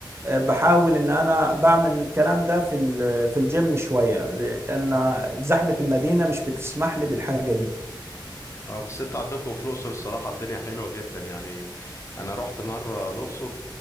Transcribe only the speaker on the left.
اه بس انت عندكم في الاقصر الصراحه الدنيا حلوه جدا يعني انا رحت مره الاقصر